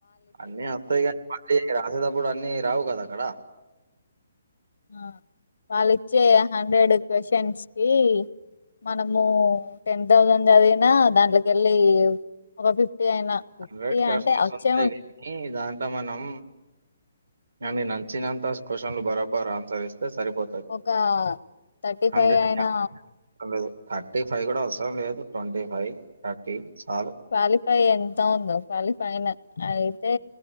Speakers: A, on the right (about 85°); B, on the left (about 75°).
A: అన్నీ వస్తాయి కానీ మళ్ళీ రాసేటప్పుడు అన్ని రావు కదా అక్కడ
B: ఆ వాళ్ళచ్చే హండ్రెడ్ క్వశ్చన్స్ కి మనము టెన్ థౌజండ్ చదివినా దాంట్లోకి వెళ్ళి ఒక ఫిఫ్టీ అయినా ఫిఫ్టీ
A: హండ్రెడ్ కసంత
B: అంటే వచ్చే
A: దానికి మనం అనీ నచ్చినంత క్వశ్చన్లు బరాబరు ఆన్సర్ ఇస్త సరిపోతుంది
B: ఒక థర్టీ
A: హండ్రెడ్
B: ఫైవ్ అయినా
A: కి హండ్రెడ్ లేదు <inaudible> థర్టీ ఫైవ్ కూడా అవసరం లేదు ట్వంటీ ఫైవ్ థర్టీ చాలు
B: క్వాలిఫై ఎంత ఉందో క్వాలిఫై అయితే